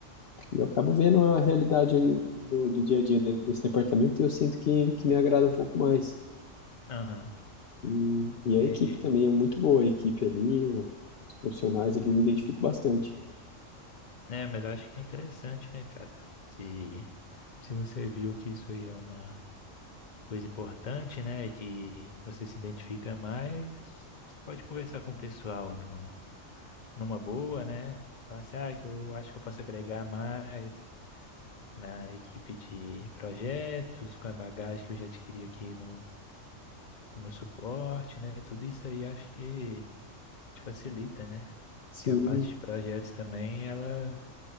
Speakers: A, on the left; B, on the left.
A: E eu acabo vendo a realidade ali do, do dia a dia de- desse departamento e eu sinto que, que me agrada um pouco mais.
B: Aham,
A: E, e
B: entendi.
A: a equipe também é muito boa, a equipe ali, o- os profissionais ali, eu me identifico bastante.
B: É, mas eu acho que é interessante, né, cara? Se, se você viu que isso aí é uma coisa importante, né, e que você se identifica mais, você pode conversar com o pessoal, não? numa boa, né? Falar assim, ah, eu acho que eu posso agregar mais na equipe de projetos, com a bagagem que eu já adquiri aqui no, no suporte, né? Tudo isso aí acho que te facilita, né?
A: Sim,
B: Porque a parte de projetos também, ela,